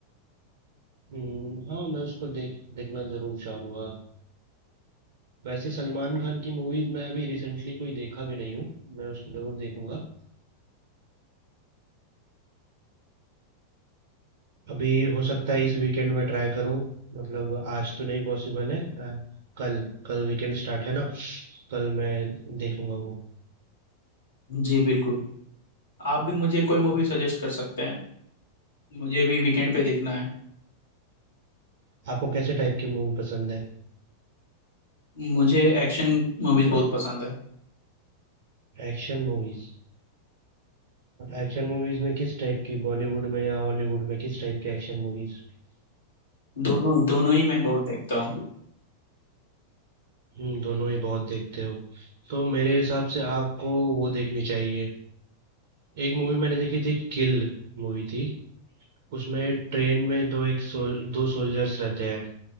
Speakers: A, on the right; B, on the left.
A: हम्म, हाँ मैं उसको देख देखना जरूर चाहूंगा वैसे सलमान खान की मूवीज मैं अभी रिसेंटली कोई देखा भी नहीं हूँ मैं उसको जरूर देखूंगा अभी हो सकता है इस वीकेंड में ट्राई करूँ मतलब आज तो नहीं पॉसिबल है अ, कल कल वीकेंड स्टार्ट है ना कल मैं देखूंगा वो
B: जी बिल्कुल आप भी मुझे कोई मूवी सजेस्ट कर सकते हैं मुझे भी वीकेंड पे देखना है
A: आपको कैसे टाइप की मूवी पसंद है
B: मुझे एक्शन मूवीज बहुत पसंद है
A: Action movies एक्शन मूवीज में किस टाइप की बॉलीवुड में या हॉलीवुड में किस टाइप के एक्शन मूवीज
B: दोनों ही दोनों ही मैं बहुत देखता हूँ
A: हम्म, दोनों ही बहुत देखते हो तो मेरे हिसाब से आपको वो देखनी चाहिए एक मूवी मैंने देखी थी किल मूवी थी उसमें ट्रेन में दो एक सोल दो सोल्जर्स रहते हैं